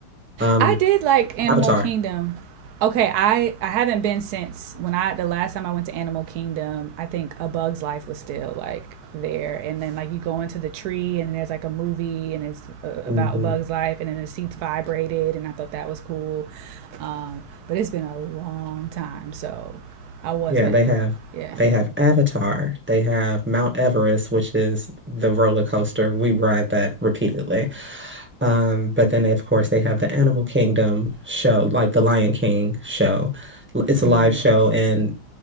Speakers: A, in the centre; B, on the right.
A: Um,
B: I did like Animal
A: Avatar.
B: Kingdom. Okay, I I haven't been since when I the last time I went to Animal Kingdom. I think A Bug's Life was still like there, and then like you go into the tree and there's like a movie and it's uh,
A: hmm
B: about A Bug's Life, and then the seats vibrated, and I thought that was cool. Um, but it's been a long time, so I wasn't.
A: Yeah, they have
B: Yeah.
A: they have Avatar, they have Mount Everest, which is the roller coaster. We ride that repeatedly. Um, but then they, of course they have the Animal Kingdom show, like the Lion King show. L- It's a
B: Mm.
A: live show and